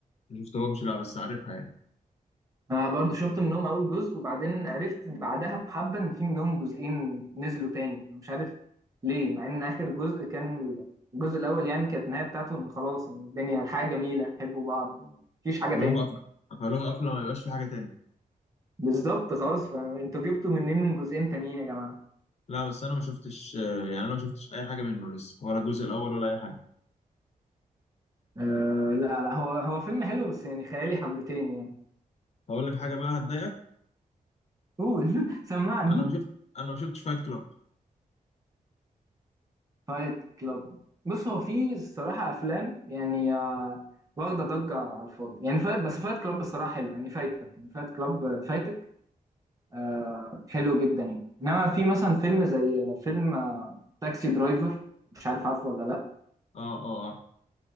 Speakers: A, on the left (about 45°); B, on the right (about 25°).
A: ما شفتهمش لا بس عارفها يعني
B: انا برضو شفت منهم اول جزء وبعدين عرفت بعدها بحبه ان في منهم جزئين نزلوا تاني مش عارف ليه مع ان اخر جزء كان الجزء الاول يعني كانت النهايه بتاعته ان خلاص إن الدنيا الحياه جميله حبوا بعض مفيش حاجه
A: اللي
B: تاني
A: هم قفل- قفلوها قفله ما يبقاش في حاجه تاني
B: بالظبط خلاص فانتوا جبتوا منين جزئين تانيين يا جماعه
A: لا بس انا ما شفتش آه، يعني انا ما شفتش اي حاجه منه لسه ولا الجزء الاول ولا اي حاجه
B: آه لا لا هو هو فيلم حلو بس يعني خيالي حبتين يعني
A: هقول لك حاجه بقى هتضايقك
B: قول <laughs> سمعني
A: انا ما شفت انا ما شفتش فايت كلاب
B: فايت كلاب بص هو في الصراحة أفلام يعني آه، واخدة ضجة على الفاضي يعني فايت بس فايت كلاب الصراحة حلو يعني فايتك يعني فايت كلاب فايتك آه حلو جدا يعني إنما في مثلا فيلم زي آه، فيلم آه، تاكسي درايفر مش عارف عارفه ولا لأ
A: اه اه عارف